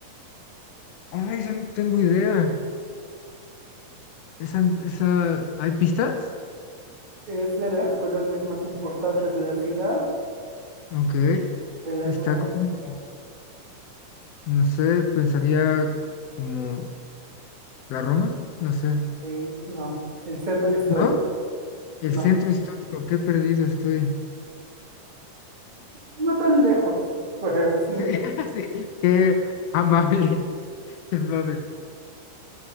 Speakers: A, on the left; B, on the right.
A: Ay, esa no tengo idea. Esa, esa, ¿hay pistas?
B: Es de las colonias más importantes de la ciudad,
A: Ok.
B: de las
A: Está
B: más antiguas.
A: como No sé, pensaría como la Roma, no sé,
B: Eh, no, el centro histórico.
A: ¿no? El
B: No,
A: centro histórico, qué perdido estoy.
B: no tan lejos, <laughs> pero sí
A: Sí,
B: un poco.
A: <laughs> sí, qué amable, <laughs> qué amable.